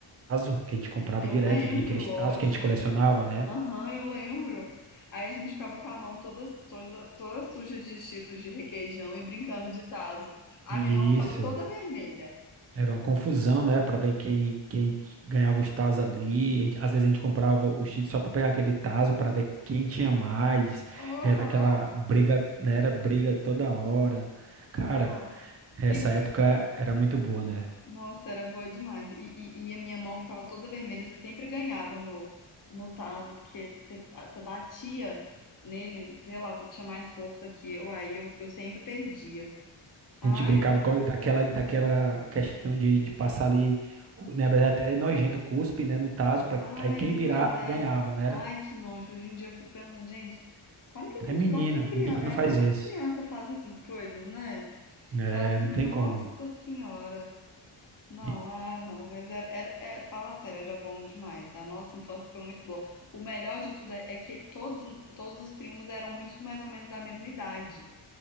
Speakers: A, on the right; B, on the left.
A: tazo, que a gente comprava
B: Eu
A: direto
B: lembro,
A: e vinha aqueles
B: lógico.
A: tazo que a gente colecionava, né?
B: Aham, eu lembro. Aí a gente ficava com a mão toda, toda, toda suja de Cheetos de requeijão e brincando de tazo. A
A: E
B: minha mão ficava
A: isso,
B: toda vermelha.
A: era uma confusão, né? Pra ver quem, quem ganhava os tazos ali. A gente- Às vezes a gente comprava o Cheetos só pra pegar aquele tazo pra ver quem tinha mais.
B: Aham,
A: Era aquela briga, né? Era briga toda hora. Cara,
B: não.
A: essa
B: E
A: época era muito boa, né?
B: Nossa, era boa demais. E, e- e a minha mão ficava toda vermelha. Você sempre ganhava no, no tazo, porque você, ah, você batia nele, sei lá, você tinha mais força que eu, aí eu, eu sempre perdia. Ai,
A: A gente brincava
B: é.
A: com a- daquela, daquela questão de, de passar ali, na verdade até era nojento, cuspe, né, no tazo, pra,
B: ai,
A: aí quem virar
B: pois é.
A: ganhava, né? era?
B: Ai, que nojo. Hoje em dia eu fico pensando, gente, como que a
A: É
B: gente,
A: menino,
B: como que criança,
A: menino
B: é,
A: faz
B: como
A: isso.
B: que criança faz essas coisas, né?
A: É,
B: Fala assim,
A: não
B: nossa
A: tem como.
B: senhora. Não,
A: E-
B: ah, não, mas era, era- é, fala sério, era bom demais. A nossa infância foi muito boa. O melhor de tudo é, é que todos, todos os primos eram muito mais ou menos da mesma idade.